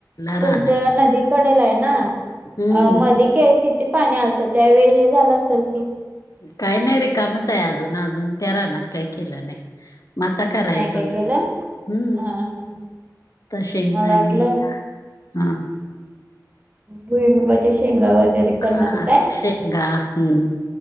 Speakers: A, on the left; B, on the right.
A: रान
B: तुमचं
A: आहे
B: नदी कडेला आहे ना
A: हम्म
B: मधी किती पाणी आलतं, त्यावेळी हे झालं असेल कि?
A: काही नाही रिकामचं हाय, अजून अजून त्या रानात काही केलं नाही मग आता करायचं,
B: नाही काय केलं?
A: हम्म
B: हा हा हा.
A: तर शेंगदाणे
B: मला वाटलं
A: हा
B: भुई मुबाचे शेंगला वगैरे करणार
A: हा
B: काय?
A: शेंगा हम्म